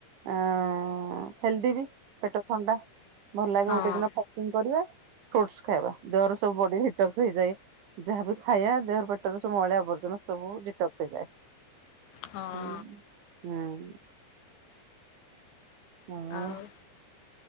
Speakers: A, on the right; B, on the left.
A: ଆଁ ଅଁ ହେଲଦି ବି ପେଟ ଥଣ୍ଡା ଭଲ ଲାଗେ
B: ହଁ
A: ଗୋଟେ ଦିନ ଫ ସେମତି କରିବେ। ଫ୍ରୁଟସ ଖାଇବା ଦେହର ସବୁ ବଡି ହିଟକ୍ସ ହେଇଯଏ ଯାହା ବି ଖାଇବା ଦେହର ପେଟର ସବୁ ଅଳିଆ ଆବର୍ଜନା ସବୁ ଡିଟକ୍ସ ହେଇଯାଏ
B: ହଁ
A: ହୁଁ ହୁଁଉଁ। ହଁ ଅଁ।
B: ଆଉ